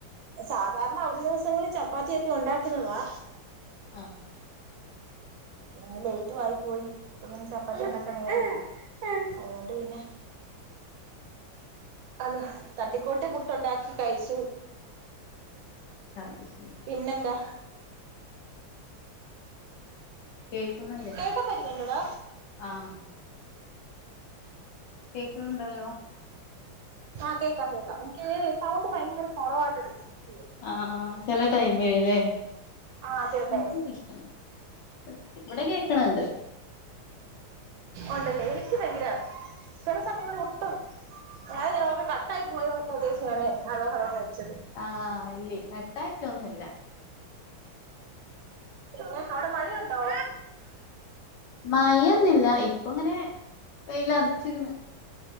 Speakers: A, on the right; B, on the left.
A: സാധാരണ അവധി ദിവസങ്ങളിൽ ചപ്പാത്തിയൊക്കെ ഉണ്ടാക്കുന്നതാ
B: ആഹ് <inaudible>
A: ഇന്ന് ലേറ്റു വായി പോയി അപ്പ പിന്നെ ചപ്പാത്തി ഉണ്ടാകാൻ നോരമില്ലല്ലോ അതുകൊണ്ട് പിന്നെ അത് തട്ടിക്കോട്ട് പുട്ടുണ്ടാക്കി കഴിച്ചു
B: അത് ശരി
A: പിന്നെന്താ
B: കേക്കുന്നില്ലേ
A: <inaudible> കേക്കാൻ പറ്റുന്നുണ്ടോടാ
B: ആഹ് കേക്കുണ് ണ്ടല്ലോ
A: ആഹ് കേക്കാം കേക്കാം എനിക്ക് സൗണ്ട് ഭയങ്കര കുറവായിട്ട് <unintelligible>
B: ആഹ് <unintelligible>
A: ആ ചെറുതായി
B: ഇവടെ കേക്കണ് ണ്ട്
A: ഒണ്ടല്ലേ എനിക്ക് ക്ക് ഭയങ്കര <unintelligible> സമയങ്ങളിൽ ഒട്ടും <unintelligible> കട്ടായി പോയ ഉദ്ദേശിച്ച് ഹലോ ഹലോ വെച്ചത്
B: ആഹ് അല്ലെ കട്ടായിട്ടൊന്നുല്ല
A: പിന്നെ അവടെ മഴയുണ്ടോ?
B: മയൊന്നുല്ല ഇപ്പങ്ങനെ വെയ്ലറിച്ച്ക്ക്ണ്